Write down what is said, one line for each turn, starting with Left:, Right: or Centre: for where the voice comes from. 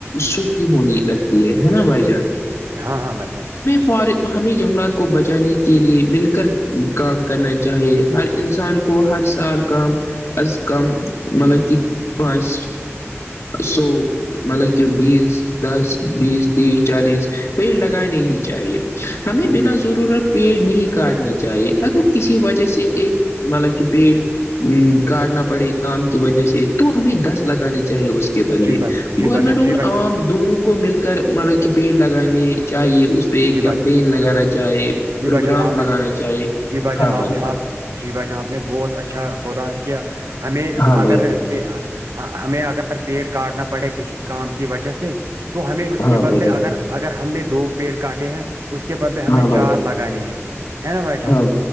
Left: سوکھی ہونی لگتی ہے نا بھائی جان
Right: ہاں ہاں بھائیان
Left: فار ہمیں جنگلات کو بچانے کے لیے مل کر کام کرنا چاہیے ہر انسان
Right: جی
Left: کو ہر سال کام از کم مطلب کہ پانچ سو مطلب جو بیس دس بیس تیس چالیس پیڑ لگانے ہی چاہیے ہمیں
Right: جی
Left: بنا
Right: بھائی
Left: ضرورت
Right: جان
Left: پیڑ نہیں کاٹنے چاہیے اگر کسی وجہ سے ایک مطلب کہ پیڑ ا کاٹنا پڑے کام کی وجہ سے تو ہمیں دس لگانے چاہے اس کے بدلے
Right: جی بھائی جی
Left: گورنمنٹ
Right: بھائی جان
Left: اور
Right: جی بھائی
Left: عوام
Right: جان
Left: دونوں کو مل کر مطلب کہ پیڑ لگانے چاہیے اس پ
Right: جی بھائی
Left: کیمپین
Right: جان
Left: لگانا چاہے
Right: جی
Left: پروگرام
Right: بھائی جان آپ
Left: لگانا
Right: نے
Left: چاہے
Right: جی
Left: ہاں
Right: آپ
Left: بھائی
Right: نے
Left: جان
Right: آپ جی بھائی جان آپ نے بہت اچھا بولا کہ ہمیں اگر
Left: ہاں بھائی جان
Right: ہ ہمیں اگر پیڑ کاٹنا پڑے کسی کام کی وجہ سے تو ہمیں اس
Left: ہاں
Right: کے بدلے
Left: بھائی جان
Right: اگر اگر ہم نے دو پیڑ کاٹے ہیں اس کے بدلے ہمیں
Left: ہاں
Right: چار
Left: بھائی
Right: لگانے ہیں ہے نا بھائی جان
Left: ہاں